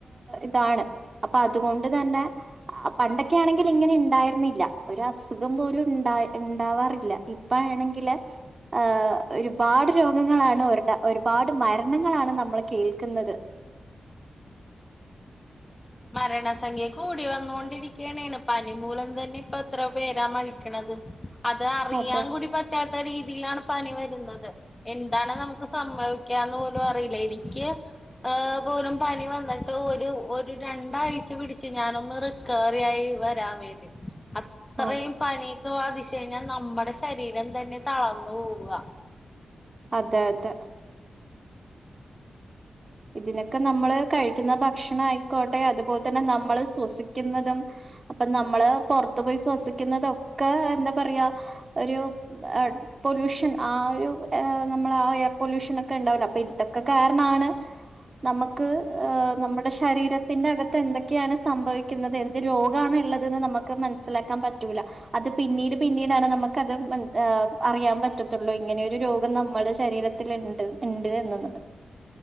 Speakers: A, on the right (about 40°); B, on the left (about 20°).
A: ഇതാണ് അപ്പൊ അതുകൊണ്ട് തന്നെ. പണ്ടൊക്കെ ആണെങ്കിൽ ഇങ്ങനെ ഇണ്ടായിരുന്നില്ല ഒരു അസുഖം പോലും ഇണ്ടാ ഇണ്ടാവാറില്ല ഇപ്പ ആണെങ്കില് ആഹ് ഒരുപാട് രോഗങ്ങളാണ് ഒരുടെ ഒരുപാട് മരണങ്ങളാണ് നമ്മൾ കേൾക്കുന്നത്
B: മരണസംഖ്യ കൂടി വന്നോണ്ടിരിക്കന്നേണ് പനി മൂലം തന്നെ ഇപ്പൊ എത്ര പേരാ മരി ക്ക്ണത് അതറിയാൻ
A: അതെ
B: കൂടി പറ്റാത്ത രീതിയിലാണ് പനി വരുന്നത് എന്താണ് നമുക്ക് സംഭവിക്കാന്ന് പോലും അറിയില്ല എനിക്ക് ഏഹ് പോലും പനി വന്നിട്ട് ഒരു ഒരു രണ്ടാഴ്ച പിടിച്ചു ഞാനൊന്ന് റിക്കവറിയായി വരാൻ വേണ്ടി അത്രയും
A: ഓക്കെ
B: പനിയൊക്കെ ബാധിച്ചു കഴിഞ്ഞാൽ നമ്മുടെ ശരീരം തന്നെ തളർന്നു പോവുക
A: അതെ അതെ ഇതിനൊക്കെ നമ്മള് കഴിക്കുന്ന ഭക്ഷണ ആയിക്കോട്ടെ അതുപോലെ തന്നെ നമ്മള് ശ്വസിക്കുന്നതും അപ്പൊ നമ്മള് പൊറത്തു പോയി ശ്വസിക്കുന്നതൊക്കെ എന്താ പറയാ ഒരു <unintelligible> പൊല്യൂഷൻ ആഹ് ഒരു നമ്മൾ ആഹ് എയർ പൊല്യൂഷൻ ഒക്കെ ഇണ്ടാവുലെ അപ്പൊ ഇതൊക്കെ കാരണമാണ് നമുക്ക് നമ്മുടെ ശരീരത്തിന്റെ അകത്ത് എന്തൊക്കെയാണ് സംഭവിക്കുന്നത് എന്ത് രോഗ ഗാണ് ഉള്ളത് എന്ന് നമുക്ക് മനസ്സിലാക്കാൻ പറ്റൂല്ല അത് പിന്നീട് പിന്നീടാണ് നമുക്ക് അത് അറിയാൻ പറ്റള്ളൂത്തൊള്ളു ഇങ്ങനെയരു രോഗം നമ്മുടെ ശരീരത്തി ത്തില്ണ്ട് ഇണ്ട് എന്നുള്ളത്